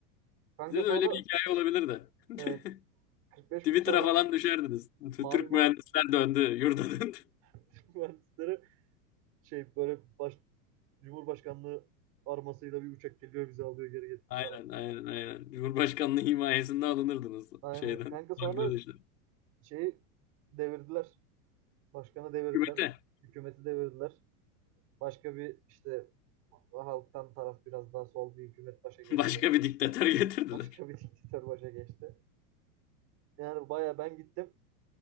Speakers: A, on the right; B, on the left.
A: Kanka
B: Size
A: sonra
B: de öyle bir hikaye olabilir de. <laughs>
A: evet, 45
B: Twitter'a
A: gün sonra
B: falan düşerdiniz.
A: Mavi
B: Türk
A: Mar
B: mühendisler döndü, yurda döndü.
A: <laughs> Türk mühendisleri şey böyle baş, Cumhurbaşkanlığı armasıyla bir uçak geliyor bizi alıyor geri getiriyor.
B: Aynen aynen aynen. Cumhurbaşkanlığı himayesinde alınırdınız
A: Aynen.
B: şeyden.
A: Kanka sonra
B: Bangladeş'ten.
A: şeyi devirdiler. Başkanı devirdiler.
B: Hükümete <laughs>
A: Hükümeti devirdiler. Başka bir işte halktan taraf biraz daha sol bir hükümet başa geçti.
B: başka bir diktatör <laughs> getirdiler.
A: Başka bir <laughs> diktatör başa geçti. Yani baya ben gittim.